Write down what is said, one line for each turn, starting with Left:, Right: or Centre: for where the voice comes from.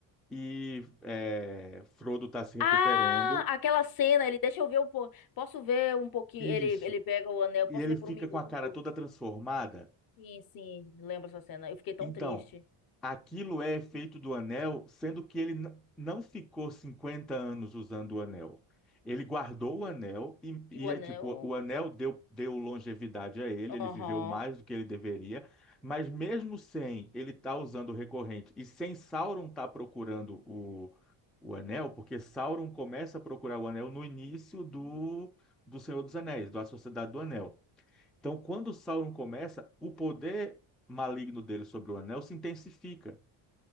Centre: e é, Frodo está se recuperando.
Left: Ah, aquela cena, ele deixa eu ver um pouco. Posso ver um pouquinho?
Centre: Isso.
Left: Ele, ele pega o anel, posso
Centre: E ele
Left: ver
Centre: fica
Left: por um minuto?
Centre: com a cara toda transformada.
Left: Sim, sim, lembro essa cena. Eu fiquei tão
Centre: Então,
Left: triste.
Centre: aquilo é efeito do anel, sendo que ele n- não ficou 50 anos usando o anel. Ele guardou o anel e,
Left: E o
Centre: e
Left: anel?
Centre: é tipo, o anel deu, deu longevidade a ele, ele
Left: Aham.
Centre: viveu mais do que ele deveria, mas mesmo sem ele tá usando o recorrente e sem Sauron tá procurando o, o anel, porque Sauron começa a procurar o anel no início do, do Senhor dos Anéis, da Sociedade do Anel. Então, quando Sauron começa, o poder maligno dele sobre o anel se intensifica.